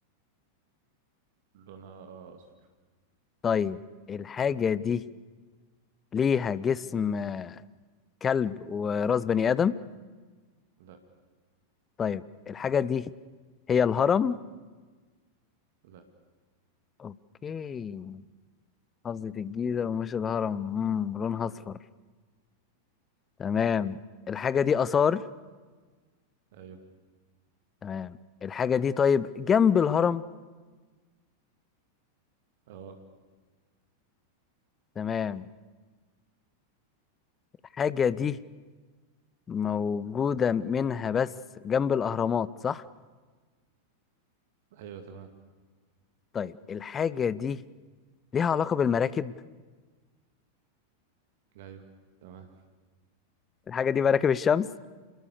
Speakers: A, on the right (about 55°); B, on the left (about 20°).
A: لونها آه اصفر
B: طيب الحاجة دي ليها جسم آه، كلب وراس بني آدم
A: لا
B: طيب الحاجة دي هي الهرم
A: لا
B: أوكي محافظة الجيزة ومش الهرم مم. لونها أصفر تمام الحاجة دي آثار
A: ايوه
B: تمام الحاجة دي طيب جنب الهرم
A: اه
B: تمام الحاجة دي موجودة منها بس جنب الأهرامات صح
A: ايوه تمام
B: طيب الحاجة دي ليها علاقة بالمراكب
A: ايوه تمام
B: الحاجة دي مراكب الشمس